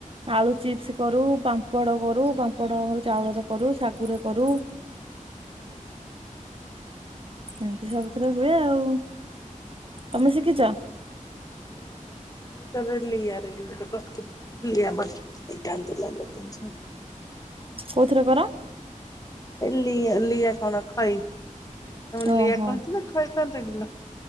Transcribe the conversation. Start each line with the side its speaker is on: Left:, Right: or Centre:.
Right: ଆଳୁ ଚିପ୍ସ କରୁ, ପାମ୍ପଡ଼ କରୁ, ପାମ୍ପଡ ଆମର ଚାଉଳ ରେ କରୁ, ଶାଗୁ ରେ କରୁ।
Left: ହୁଁ।
Right: ଏମିତି ସବୁଥରେ ହୁଏ ଆଉ। ତମେ ଶିଖିଛ?
Left: ହୁଁ। <unintelligible>
Right: କୋଉଥିରେ କର?
Left: ଏ ଲି-ଲିଆ କଣ ଖଇ ତମ
Right: ଓହୋ
Left: ଲିଆ କୁହନ୍ତି ନା ଖଇ କୁହନ୍ତି? <unintelligible>